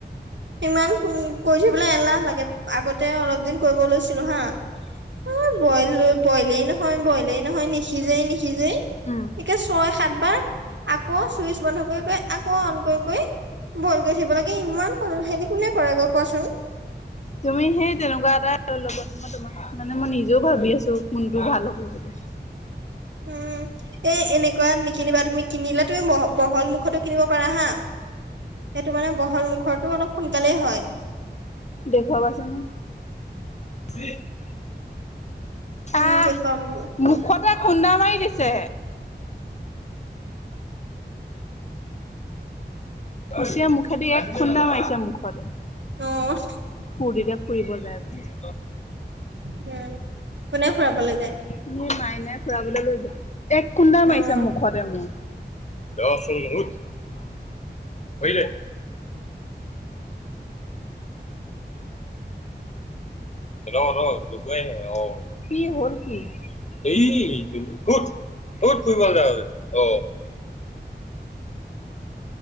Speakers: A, on the right; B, on the left.
A: সিমান কৈ কৰিথবলৈ এলাহ লাগে, আগতে অলপ দিন কৰিব লৈছিলো হা অ, বইল, বইলেই নহয়, বইলেই নহয় নিসিজেই নি খিজেই এতিয়া
B: উম
A: ছয়-সাত বাৰ আকৌ চুইচ বন্ধ কৰি-কৰি আকৌ অন কৰি-কৰি বইল কৰি থাকিব লাগে ইমান উ হেৰি কোনে কৰেগৈ কোৱাচোন?
B: তুমি সেই তেনেকুৱা এটাই লগোৱা মই তোমাক মানে মই নিজেও ভাবি আছো কোনটো ভাল হ'ব বুলি। <inaudible>
A: উম, এ এনেকুৱা নিকিনিবা তুমি কিনিলে তুমি ব বহল মুুখতো কিনিব পাৰা হা সেইটো মানে বহল মুখৰটো অলপ সোনকালেই হয়।
B: দেখুৱাবা চোন। <inaudible>
A: উম,
B: আহ।
A: দেখুৱাম ৰবা
B: মুখতে খুন্দা মাৰি দিছে ঘুচিয়াই মুখেদি এক খুন্দা মাৰিছে মুখত।
A: <inaudible>
B: ফূৰ্তিতে ফুৰিব যায় বোলে।
A: উম কোনে ফুৰাবলে যায়।
B: তুমি মাইনাই ফুৰাবলৈ লৈ যা এক খুন্দাই মাৰিছা
A: অ'।
B: মুখতে মোৰ। ৰ চোন উঠ ধৰি দে, ৰ ৰ লগাই অ কি হ'ল কি। এই এইজনী কত কত ফুৰিব যায় আৰু অ,